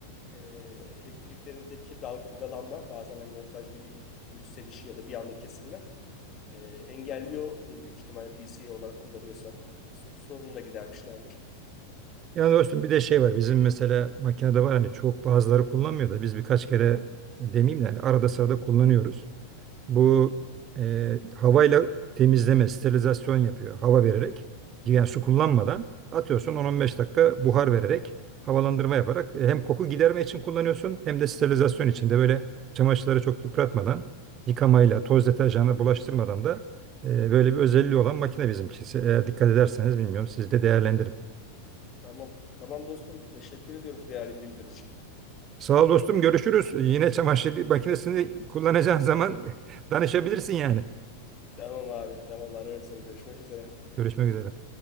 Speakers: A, on the left; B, on the right.
A: E, elektriklerindeki dalgalanma bazen hani voltajdaki yükselişi ya da bir anda kesilme e, engelliyordur büyük ihtimalle DC olarak kullanıyorsa. Bu so- sorunu da gidermişlerdir.
B: Yani dostum bir de şey var. Bizim mesela makinede var hani çok bazıları kullanmıyor da biz birkaç kere demeyeyim de hani arada sırada kullanıyoruz. Bu e, havayla temizleme, sterilizasyon yapıyor. Hava vererek, yani su kullanmadan atıyorsun 10-15 dakika buhar vererek, havalandırma yaparak e, hem koku giderme için kullanıyorsun hem de sterilizasyon için de böyle çamaşırları çok yıpratmadan, yıkamayla, toz deterjanla bulaştırmadan da e, böyle bir özelliği olan makine bizimkisi. Eğer dikkat ederseniz bilmiyorum siz de değerlendirin.
A: Tamam. Tamam dostum. Teşekkür ediyorum bu değerli bilgiler için.
B: Sağ ol dostum görüşürüz. Yine çamaşır makinesini kullanacağın zaman <laughs> danışabilirsin yani.
A: Tamam abi. Tamam ararım seni. Görüşmek üzere.
B: Görüşmek üzere.